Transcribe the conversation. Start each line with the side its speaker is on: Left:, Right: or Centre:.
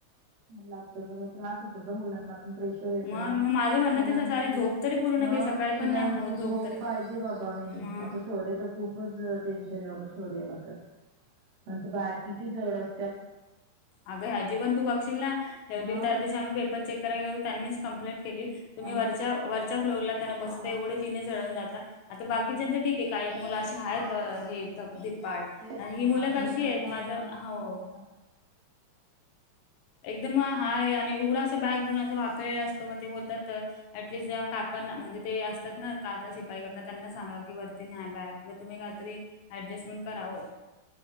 Right: लागतो ग म त्रास होतो ग मुलांना खुप टेन्शन येतं
Left: मग
Right: ना,
Left: मग माझं म्हणणं
Right: मग
Left: तेच असं अरे झोप तरी पूर्ण घे सकाळी
Right: मुलांची
Left: पण नाही होत
Right: झोप
Left: तरी
Right: पाहिजे बाबा, आता मी
Left: मग
Right: शौर्य तर खूपचं टेन्शन आहे बाबा शौर्य ला तर, म बॅग किती जड अस
Left: अगं ह्याची पण तू बघशील ना, एक
Right: मग
Left: त्या दिवशी आम्ही पेपर चेक करायला गेलो त्यांनीच कंम्प्लेंट केली, तुम्ही
Right: आणि
Left: वरच्या वरच्या फ्लोअरला त्यांना
Right: हा
Left: बसुदया, एवढे जिने चढवून जाता, आता
Right: मग
Left: बाकीच्यांचे ठिक की काय एक मुलं अशी आहेत हे ध धिप्पाड,
Right: तेच
Left: आणि
Right: ना
Left: ही मुलं
Right: आपली
Left: कशी
Right: पोरं
Left: आहेत,
Right: नाही
Left: माझं
Right: ग
Left: हाव्
Right: तेच ना
Left: एकदम हा
Right: मी
Left: आय आणि एवढासा बॅग घेऊन असं वाकायला असतो, मग ते बोलतात, ऍटलिस्ट जे काकांना म्हणजे ते असतात ना काका शिपाई
Right: पण
Left: काका त्यांना सांगा की वरती न्या बॅग, किंवा तुम्ही काही तरी ऍडजस्टमेंट करावं